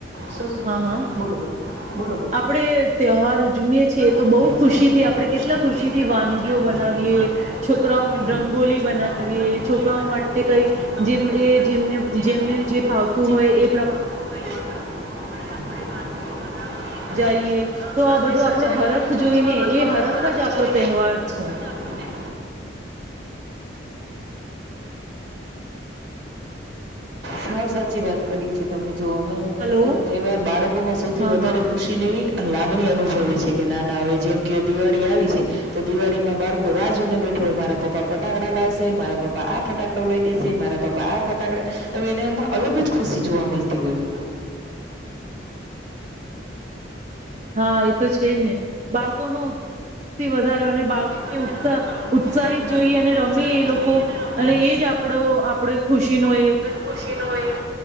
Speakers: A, on the right; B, on the right.
A: શું
B: હા હા
A: બોલો બોલો. બોલ
B: આપણે તહેવાર ઉજવીએ છીએ
A: ઉજવીએ
B: તો બહુ ખુશી
A: છીએ તો
B: થી
A: બહુ
B: આપણે કેટલા ખુશીથી
A: આપણે
B: વાનગીઓ
A: કેટલા ખુશીથી
B: બનાવીએ
A: વાનગીઓ
B: છોકરાઓ
A: બનાવીએ
B: રંગોલી
A: છોકરાઓ
B: બનાવીએ
A: માટે રંગોલી
B: છોકરાઓ
A: બનાવીએ
B: માટે કઈ
A: છોકરાઓ
B: જેમ
A: માટે
B: એ
A: કઈ
B: જેમને
A: જેમ
B: જેમને
A: કે
B: જે ભાવતું
A: જેમને
B: હોય એ
A: જે
B: પ્રમા
A: ભાવતું હોય એ પ્રમાણે આપણે વાનગીઓ બનાવીએ
B: તીએ
A: અને
B: તો
A: ઘરને
B: આ બધો
A: સજાઈએ
B: આપણો હરખ જોઈને
A: તો આ બધું
B: એ
A: આપણો
B: હરખ જ આપડો
A: જોઈને
B: તહેવાર
A: એ હરખ
B: છે.
A: જ આપણો તહેવાર સાવ સાચી વાત કરી છે તમે. જો અમે
B: હલો.
A: એ તહેવાર બાળકોમાં સૌથી
B: હા
A: વધારે
B: હા
A: ખુશીને લાગણી અનુભવે છે કે નાના હવે જેમ કે દિવાળી આવી છે તો દિવાળીમાં બાળકો રાહ જોને બેઠો હોય મારા પપ્પા ફટાકડા લાવશે મારા પપ પા આ ફટાકડો લઈ દેશે. મારા પપ આ પોટાકડ હવે એને એમાં અલગ જ ખુશી જોવા મળતી હોય.
B: હા એ તો છે જ ને બાળકોનો ઉત્થી વધારે અને બાળકોને
A: થી વધારે
B: ઉત્સા
A: અને બાળકો
B: ઉત્સાહિત
A: બી ઉત્સા
B: જોઈ અને રમી
A: ઉત્સાહિત
B: એ લોકો
A: જોઈએ રમે
B: અને એજ આપડો આપડ ખુશીનો એ
A: ખુશી નુ એ